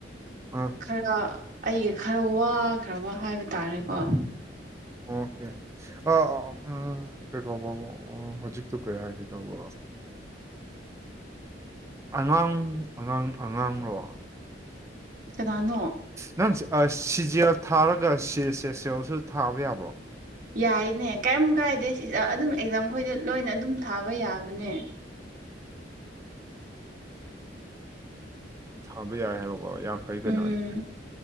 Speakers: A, on the right; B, on the right.
A: ꯎ
B: ꯈꯔ ꯑꯩꯒ ꯈꯔ ꯋꯥꯈ꯭ꯔꯕ ꯍꯥꯏꯕ ꯇꯥꯔꯦꯀꯣ
A: ꯑꯣꯀꯦ ꯑ ꯑ ꯎꯝ ꯀꯩꯀꯧꯕ ꯍꯧꯖꯤꯛꯇꯨ ꯀꯩ ꯍꯥꯏꯒꯦ ꯇꯧꯕ ꯑꯉꯥꯡ ꯑꯉꯥꯡ ꯑꯉꯥꯡꯂꯣ
B: ꯀꯅꯥꯅꯣ
A: ꯅꯪ ꯁꯤꯖꯦꯜ ꯊꯥꯔꯒ ꯁꯤ ꯍꯩꯁ ꯁꯦꯜꯁꯨ ꯊꯥꯕ ꯌꯥꯕꯣ
B: ꯌꯥꯏꯅꯦ ꯀꯔꯤꯝ ꯀꯥꯏꯗꯦ ꯑꯗꯨꯝ ꯑꯦꯛꯖꯥꯝ ꯈꯣꯏꯗ ꯂꯣꯏꯅ ꯑꯗꯨꯝ ꯊꯥꯕ ꯌꯥꯕꯅꯦ
A: ꯊꯥꯕ ꯌꯥꯏ ꯍꯥꯏꯕꯀꯣ ꯌꯥꯝ ꯐꯩ ꯀꯩꯅꯣꯗꯤ
B: ꯎꯝ